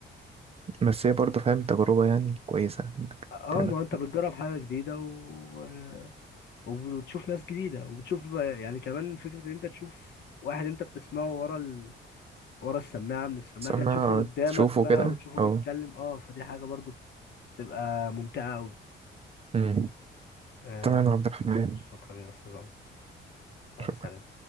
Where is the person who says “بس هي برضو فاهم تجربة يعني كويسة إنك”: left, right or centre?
Right